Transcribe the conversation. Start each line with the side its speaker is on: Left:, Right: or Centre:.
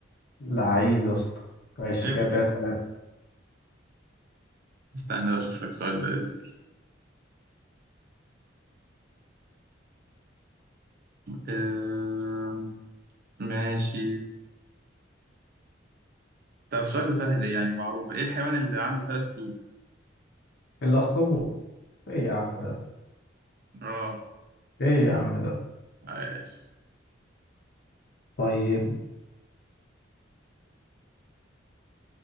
Left: لعيب يا اسطى ماشي
Right: عيب
Left: كده
Right: عليك
Left: تلاتة تلاتة
Right: استنى بقى اشوف لك سؤال ديزل آه... ماشي طب السؤال ده سهل يعني معروف ايه الحيوان اللي عنده ثلاث قلوب
Left: إيه الأخطبوط ايه يا عم ده
Right: اه
Left: ايه يا عم ده
Right: عايش
Left: طيب